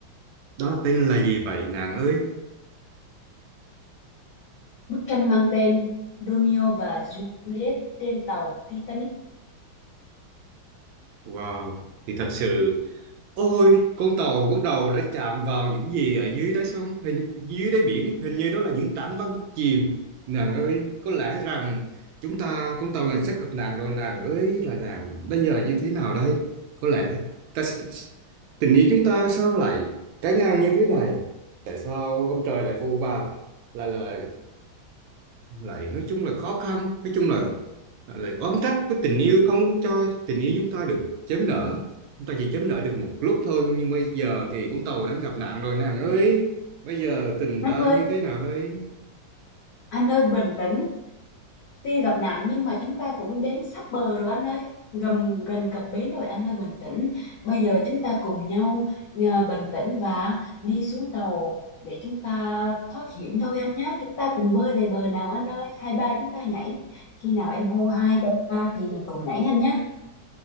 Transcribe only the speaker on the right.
đó là tên là gì vậy nàng ơi
wow thì thật sự Ôi, con tàu bắt đầu đã chạm vào những gì ở dưới đáy sông, hình dưới đáy biển, hình như đó là những tảng băng chìm. Nàng ơi, có lẽ rằng chúng ta, con tàu này sắp gặp nạn rồi nàng ơi, là nàng bây giờ như thế nào đây? Có lẽ ta sẽ tình yêu chúng ta sao lại trái ngang như thế này? Tại sao ông trời lại phù bạc? Là, là lại nói chung là khó khăn nói chung là à, lại oán trách với tình yêu không có cho tình yêu chúng ta được chớm nở chúng ta chỉ chớm nở được một lúc thôi nhưng bây giờ thì con tàu đang gặp nạn rồi nàng ơi bây giờ tình
ta
như thế nào đây